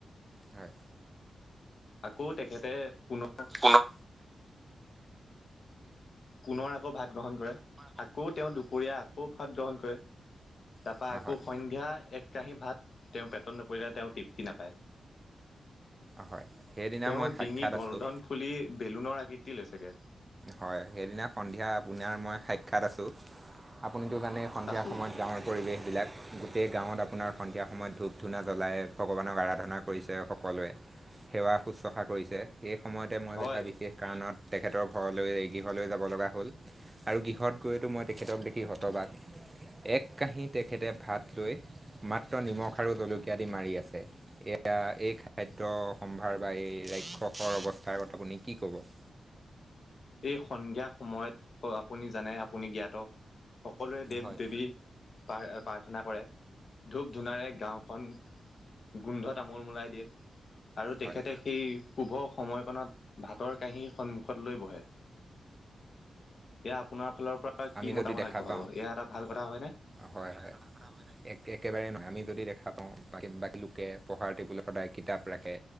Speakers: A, on the right; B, on the left.
A: হয়।
B: আকৌ তেখেতে পুনৰ-
A: পুনৰ
B: পুনৰ আকৌ ভাত গ্ৰহণ কৰে। আকৌ তেওঁ দুপৰীয়া আকৌ ভাত গ্ৰহণ কৰে। তাৰপৰা
A: হয়
B: আকৌ
A: হয়
B: সন্ধ্যা এক কাঁহী ভাত তেওঁ পেটত নপৰিলেলে তেওঁ তৃপ্তি নাপায়।
A: হয়। সেইদিনা
B: তেওঁৰ
A: মই সাক্ষাৎ
B: ডিঙি গলধন
A: আছোঁ
B: ফুলি বেলুনৰ আকৃতি লৈছেগে।
A: হয় সেইদিনা সন্ধিয়া আপোনাৰ মই সাক্ষাাত আছো। আপুনিো জানেই সন্ধিয়া
B: আছো
A: সময়ত গাঁৱৰ পৰিৱেশবিলাক গোটেই গাঁৱত আপোনাৰ সন্ধিয়া সময়ত ধূপ ধূনা জ্বলাই ভগৱানক আৰাধনা কৰিছে সকলোৱে সেৱা শুশ্ৰূষা কৰিছে এই সময়তে মই
B: হয়
A: এটা বিশেষ কাৰণত তেখেতৰ ঘৰলৈ গৃহলৈ যাব লগা হ'ল আৰু গৃহত গৈতো মই তেখেতক দেখি শতবাগ এক কাঁহী তেখেতে ভাত লৈ মাত্ৰ নিমখ আৰু জলকীয়াদি মাৰি আছে। এয়া এই খাদ্যয় সম্ভাৰ বা এই ৰাক্ষসৰ অৱস্থাৰত আপুনি কি কব? <inaudible>
B: এই সন্ধিয়া সময়ত - আপুনি জানে আপুনি জ্ঞাত সকলোৰে দেৱ
A: হয়
B: দেৱী পাৰ প্ৰাৰ্থনা কৰে। ধূপ ধূনাৰে গাঁওখন গোন্ধ তামোল মলাই দিয়ে। আৰু তেখেতে
A: হয়
B: সেই শুভ সময়কণত ভাতৰ কাঁহীৰ সন্মুখত লৈ বহে। এয়া আপোনাৰ ফালৰ পৰা কি
A: আমি
B: মতামত
A: যদি দেখা
B: আগবঢ়াব
A: পাও
B: এয়া এটা ভাল কথা হয়নে?
A: হয় হয় একেবাৰে নহয় আমি। যদি দেখা পাওঁ বাকী লোকে পঢ়াৰ টেবুলত সদায় কিতাপ ৰাখে